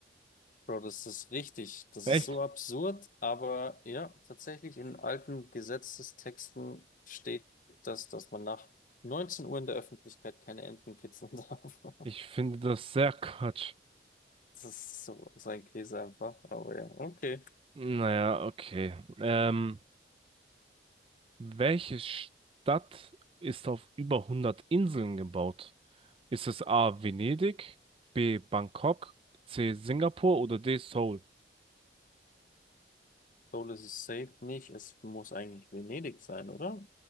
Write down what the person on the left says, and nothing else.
Bro, das ist richtig. Das
ist so absurd, aber ja, tatsächlich in alten Gesetzestexten steht das, dass man nach 19 Uhr in der Öffentlichkeit keine Enten kitzeln darf. <laughs>
Das ist so sein Käse einfach. Aber ja, okay.
Seoul ist es safe nicht. Es muss eigentlich Venedig sein, oder?